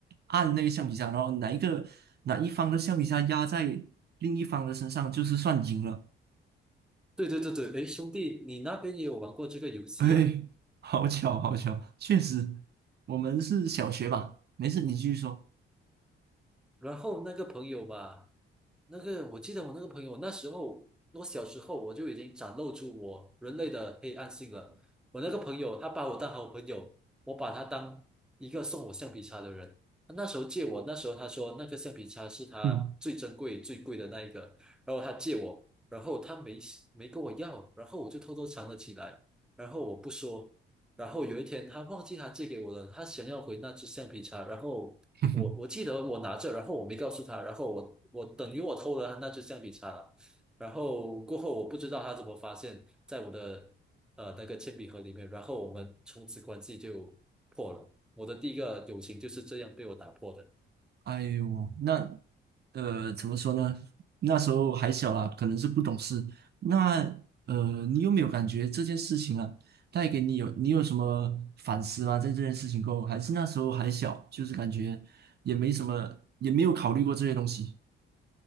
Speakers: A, on the right (about 55°); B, in the centre.
A: 按那个橡皮擦，然后哪一个哪一方的橡皮擦压在另一方的身上，就是算赢了。
B: 对对对对，诶，兄弟，你那边也有玩过这个游戏啊？
A: <laughs> 哎，好巧，好巧，确实，我们是小学吧？没事，你继续说。
B: 然后那个朋友吧，那个我记得我那个朋友，那时候我小时候我就已经展露出我人类的黑暗性了。我那个朋友，他把我当好朋友，我把他当一个送我橡皮擦的人。他那时候借我，那时候他说那个橡皮擦是他最珍贵、
A: 嗯，
B: 最贵的那一个，然后他借我，然后他没没跟我要，然后我就偷偷藏了起来，然后我不说。然后有一天，他忘记他借给我了，他想要回那只橡皮擦，然后我我记得我拿着，
A: <laughs>
B: 然后我没告诉他，然后我我等于我偷了他那支橡皮擦了然后过后我不知道他怎么发现，在我的呃那个铅笔盒里面，然后我们从此关系就破了。我的第一个友情就是这样被我打破的。
A: 哎呦，那呃，怎么说呢？那时候还小啦，可能是不懂事。那呃，你有没有感觉这件事情啊，带给你有你有什么反思吗？在这件事情过后，还是那时候还小，就是感觉也没什么，也没有考虑过这些东西。